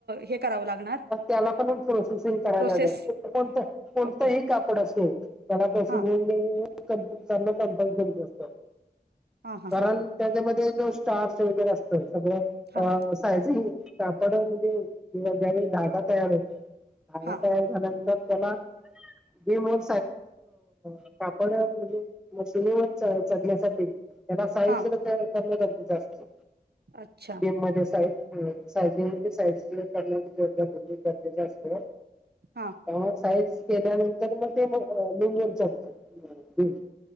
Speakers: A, on the right; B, in the centre.
A: हे करावं लागणार.
B: त्याला पण प्रोसेसिंग करायला
A: प्रोसेस
B: लागात कोणतं कोणतंही
A: ओके
B: कापड असेल <unintelligible> कॉम्पोल्सरीच
A: हां
B: असत.
A: हां हां
B: कारण
A: हां हां
B: त्याच्यामध्ये जो स्टार्च वगैरे असत, सगळं
A: हां
B: अ -सायजिंग कापड म्हणजे ज्यावेळी धागा तयार होतो, धागा
A: हां
B: तयार झाल्यानंतर त्याला ते मग <unintelligible> कापड म्हणजे मशीनीवर च चढण्यासाठी त्याना साईज
A: हां
B: करण गरजेचं असतं.
A: अच्छा
B: बीम मध्ये साईज सायजिंग मध्ये <unintelligible> करण्याची गरज गरजेचं असत.
A: हा.
B: मग त्यामुळे साईज केल्यानंतर मग ते लुम्वर चढतय बीम.